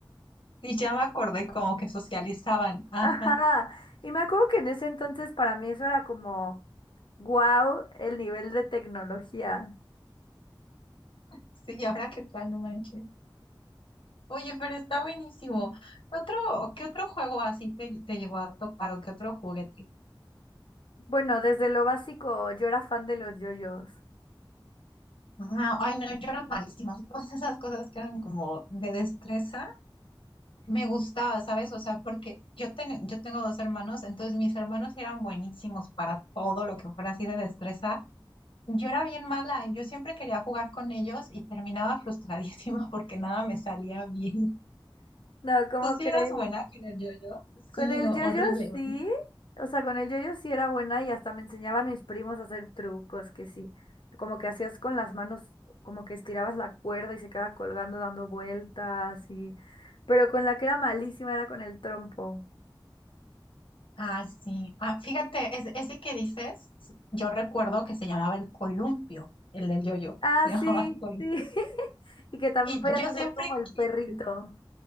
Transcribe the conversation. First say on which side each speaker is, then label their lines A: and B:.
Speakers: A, on the left; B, on the left.
A: Sí, ya me acordé como que socializaban.
B: <laughs>
A: Ajá.
B: Ajá. Y me acuerdo que en ese entonces para mí eso era como, wow, el nivel de tecnología.
A: Sí, y ahora qué tal, no manches. Oye, pero está buenísimo. ¿Qué otro, qué otro juego así te, te llegó a tocar o qué otro juguete?
B: Bueno, desde lo básico yo era fan de los yoyos.
A: Ah, ay, no, yo era malísima. <laughs> Todas esas cosas que eran como de destreza, me gustaba, ¿sabes? O sea, porque yo, ten- yo tengo dos hermanos, entonces mis hermanos eran buenísimos para todo lo que fuera así de destreza. Yo era bien mala, yo siempre quería jugar con ellos y terminaba frustradísima <laughs> porque nada me salía bien.
B: No, ¿cómo
A: ¿Tú sí
B: crees?
A: eras buena con el yo-yo? Sí,
B: Con el
A: no,
B: yoyo
A: horrible, horrible.
B: sí, o sea, con el yoyo sí era buena y hasta me enseñaban mis primos a hacer trucos que sí, como que hacías con las manos, como que estirabas la cuerda y se quedaba colgando dando vueltas y, pero con la que era malísima era con el trompo.
A: Ah, sí. Ah, fíjate, es- ese que dices, yo recuerdo que se llamaba el columpio, el del yoyo,
B: Ah,
A: se <laughs>
B: sí,
A: llamaba el columpio.
B: sí. <laughs> Y que también
A: Y
B: podías
A: yo
B: hacer
A: siempre
B: como el
A: quise.
B: perrito.